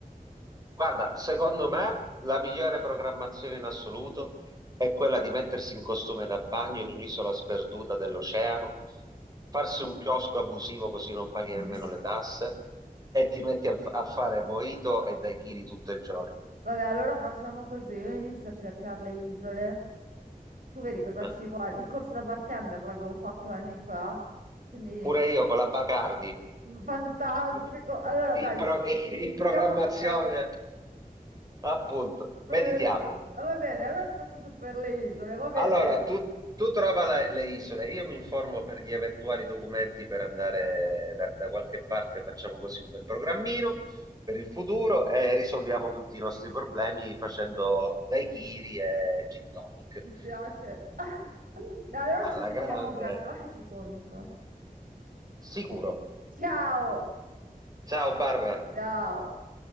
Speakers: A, on the right; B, on the right.
A: Guarda, secondo me la migliore programmazione in assoluto è quella di mettersi in costume da bagno in un'isola sperduta dell'oceano, farsi un chiosco abusivo così non paghi nemmeno
B: <laughs>
A: le tasse e ti metti a, a fare mojito e daiquiri tutto il giorno.
B: Vabbè, allora facciamo così, io inizio a cercare le isole, tu vedi cosa
A: eh.
B: ci vuole. Il corso da bartender l'avevo fatto anni fa, quindi
A: Pure io con la Bacardi
B: fantastico.
A: in,
B: Allora
A: in
B: dai,
A: pro- <laughs> in programmazione,
B: siamo coperti.
A: appunto, meditiamo.
B: Eh, ah, va bene, allora ti faccio sapere le isole, va bene?
A: Allora, tu, tu trova la- le isole, io mi informo per gli eventuali documenti per andare da, da qualche parte, facciamo così un bel programmino per il futuro e risolviamo tutti i nostri problemi facendo daiquiri e gin tonic.
B: Ci piace. <laughs> Dai, Allora
A: Alla
B: ci sentiamo
A: grande,
B: presto, va che ci conto.
A: sicuro.
B: Ciao!
A: Ciao Barbara.
B: Ciao!